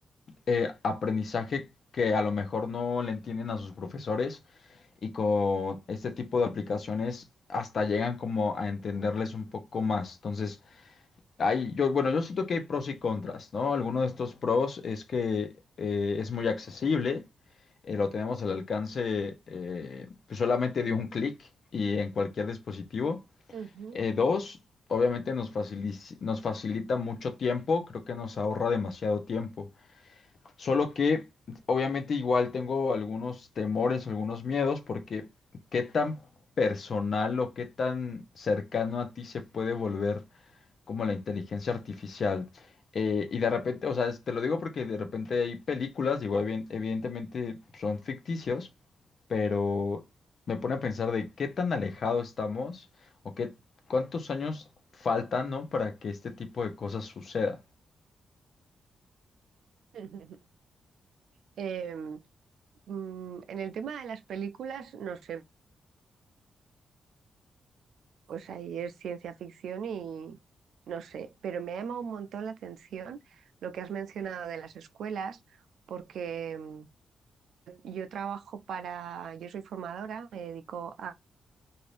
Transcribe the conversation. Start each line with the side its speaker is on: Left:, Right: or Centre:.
Left: eh, aprendizaje que a lo mejor no le entienden a sus profesores y con este tipo de aplicaciones hasta llegan como a entenderles un poco más. Entonces, hay, yo, bueno, yo siento que hay pros y contras, ¿no? Alguno de estos pros es que eh, es muy accesible, eh, lo tenemos al alcance eh, pues solamente de un clic y en cualquier dispositivo.
Right: ujú.
Left: Eh, dos, obviamente nos facili- nos facilita mucho tiempo, creo que nos ahorra demasiado tiempo. Solo que obviamente igual tengo algunos temores, algunos miedos, porque qué tan personal o qué tan cercano a ti se puede volver como la inteligencia artificial. Eh, y de repente, o sea, es- te lo digo porque de repente hay películas, digo, evi- evidentemente son ficticios, pero me pone a pensar de qué tan alejado estamos o qué cuántos años faltan, ¿no? Para que este tipo de cosas sucedan.
Right: <laughs> Em, mm, en el tema de las películas, no sé, pues ahí es ciencia ficción y no sé, pero me ha llamado un montón la atención lo que has mencionado de las escuelas, porque... Yo trabajo para, yo soy formadora, me dedico a,